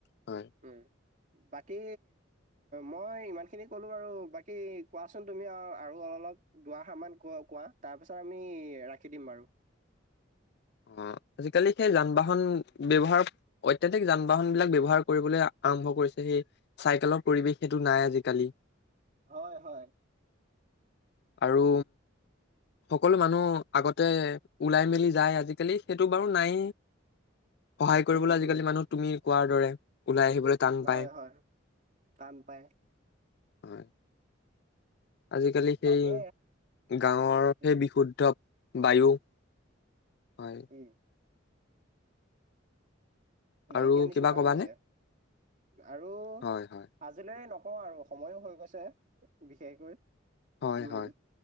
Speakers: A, on the left; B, on the right.
A: হয়।
B: উম বাকী মই ইমান খিনি কলো বাৰু বাকী কোৱাচোন তুমি আৰু অলপ দআশাৰান ক কোৱা তাৰপিছত আমি ৰাখি দিম বাৰু
A: অ আজিকালি সেই যান বাহন ব্যৱহাৰ অত্যাধিক যান বাহন বিলাক ব্যৱহাৰ কৰিবলৈ আৰম্ভ কৰিছে সেই চাইকেলৰ পৰিৱেশ সেইটো নাই আজিকালি
B: হয় হয়
A: আৰু সকলো মানুহ আগতে ওলাই মেলি যায় আজিালি আজিকালি সেইটো বাৰু নাই সহায় কৰিবলৈ
B: উম,
A: আজিকালি
B: উম,
A: মানুহ তুমি কোৱাৰ দৰে ওলাই আহিবলৈ টান পায়
B: হয়, হয়, টান পায়
A: হয় আজিকালি সেই
B: তাকে,
A: গাঁৱৰ
B: উম,
A: সেই বিশুদ্ধ বায়ু হয়
B: উম, নাইকিয়
A: আৰু
B: নিচিনা
A: কিবা
B: হৈ
A: কবানে
B: গৈছে আৰু
A: হয় হয়
B: আজিলৈ ন ক আৰু সময়ো হৈ গৈছে বিশেষকৈ
A: হয়
B: উম
A: হয়